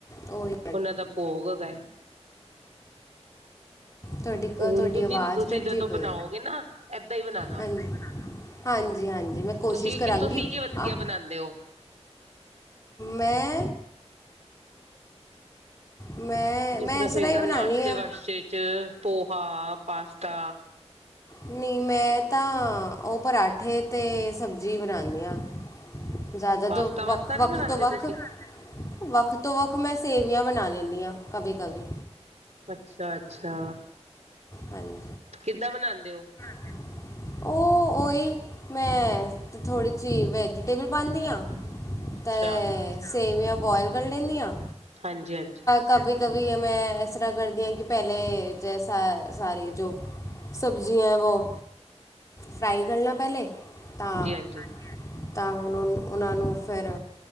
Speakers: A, on the left; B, on the right.
A: ਓਹੀ।
B: ਉਹਨਾਂ ਦਾ ਭੋਗ ਹੈਗਾ।
A: ਤੁਹਾਡੀ ਤੁਹਾਡੀ
B: ਹੁਣ ਤੁਸੀਂ
A: ਆਵਾਜ਼
B: ਤੁਸੀਂ
A: ਕੱਟਦੀ
B: ਜਦੋਂ ਬਣਾਓਗੇ
A: ਪਈ
B: ਨਾ ਏਦਾਂ ਹੀ ਬਣਾਣਾ
A: ਐ। ਹਾਂਜੀ ਹਾਂਜੀ, ਮੈਂ ਕੋਸ਼ਿਸ਼
B: ਤੁਸੀਂ
A: ਕਰਾਂਗੀ।
B: ਕਿ ਤੁਸੀਂ ਕੀ
A: ਆ
B: ਵਧੀਆ ਬਣਾਂਦੇ ਓ।
A: ਮੈਂ ਮੈਂ
B: ਜਿਸ
A: ਮੈਂ
B: ਤਰ੍ਹਾਂ
A: ਇਸ
B: ਸਵੇਰ
A: ਹੀ
B: ਦੇ
A: ਬਣਾਉਣੀ
B: ਨਾਸ਼ਤੇ
A: ਆ
B: ਵਾਸ਼ਤੇ ਚ ਪੋਹਾ, ਪਾਸਤਾ
A: ਨਹੀਂ ਮੈਂ ਤਾਂ ਉਹ ਪਰਾਂਠੇ ਤੇ ਸਬਜ਼ੀ ਬਣਾਂਦੀ ਆ। ਜ਼ਿਆਦਾ
B: ਪਾਸਤਾ
A: ਤੋਂ
B: ਵਾਸਤਾ ਨਹੀਂ
A: ਵੱਖ
B: ਬਣਾਉਂਦੇ
A: ਤੋਂ ਵੱਖ
B: ਤੁਸੀਂ
A: ਵੱਖ ਤੋਂ ਵੱਖ ਮੈਂ ਸੇਵੀਆਂ ਬਣਾ ਲੈਣੀ ਆ ਕਦੇ ਕਦੇ।
B: ਅੱਛਾ ਅੱਛਾ,
A: ਹਾਂਜੀ,
B: ਕਿੱਦਾਂ ਬਣਾਉਂਦੇ <unintelligible>
A: <unintelligible> ਉਹ ਮੈਂ ਥੋੜ੍ਹੀ ਜਿਹੀ ਵੈਜੀਟੇਬਲ ਪਾਂਦੀ ਆ।
B: ਅੱਛਾ
A: ਤੇ ਸੇਵੀਆਂ ਬੋਆਇਲ ਕਰ ਲੈਂਦੀ ਆ
B: ਹਾਂਜੀ ਹਾਂਜੀ।
A: ਕਭੀ ਕਭੀ ਇਹ ਮੈਂ ਇਸ ਤਰ੍ਹਾਂ ਕਰਦੀ ਹਾਂ ਕਿ ਪਹਿਲੇ ਜੈਸਾ ਸਾਰੇ ਜੋ ਸਬਜ਼ੀਆਂ ਐ ਉਹ ਫਰਾਈ ਕਰਨਾ ਪਹਿਲੇ ਤਾਂ
B: ਹਾਂਜੀ ਹਾਂਜੀ
A: ਤਾਂ ਹੁਣ ਉਹਨਾਂ ਨੂੰ ਫਿਰ